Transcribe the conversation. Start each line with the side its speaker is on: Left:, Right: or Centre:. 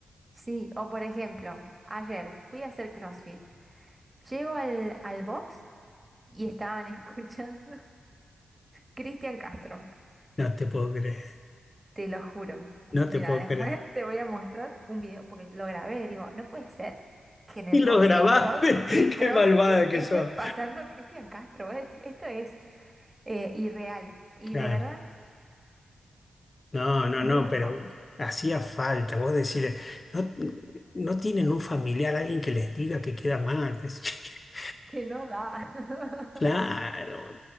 Right: sí, o por ejemplo, ayer fui a hacer CrossFit, llego al, al box y estaban <laughs> escuchando Cristian Castro,
Left: No te puedo creer,
Right: te lo juro.
Left: no
Right: Mira,
Left: te puedo
Right: después
Left: creer.
Right: te voy a mostrar un video, porque lo grabé, digo, no puede ser que
Left: <laughs>
Right: en el
Left: Y los
Right: box
Left: grabaste.
Right: de, Cross, de
Left: <laughs>
Right: CrossFit
Left: Qué malvada que
Right: estén
Left: sos.
Right: pasando Cristian Castro, voy a decir, esto es eh, irreal y
Left: Claro.
Right: de verdad
Left: No,
Right: es
Left: no,
Right: muy
Left: no,
Right: loco.
Left: pero hacía falta. Vos decirle, no, no tienen un familiar, alguien que les diga que queda mal. Decís, <laughs>
Right: Que no da. <laughs>
Left: Claro,